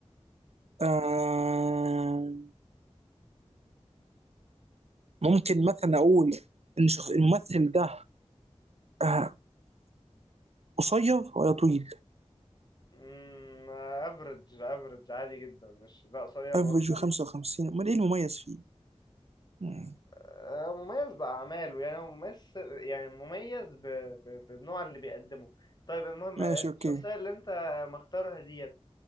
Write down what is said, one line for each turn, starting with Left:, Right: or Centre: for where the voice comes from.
Right: آه ممكن مثلا اقول ان شخ... الممثل ده آه قصير ولا طويل
Left: امم افريج افريج عادي جدا مش لا قصير
Right: افريج
Left: ولا طويل
Right: 55 امال ايه المميز فيه مم.
Left: آه، مميز بأعماله يعني هو مميز يعني مميز ب... ب... بالنوع اللي بيقدمه طيب المهم
Right: ماشي
Left: الشخصية
Right: اوكي
Left: اللي انت مختارها ديت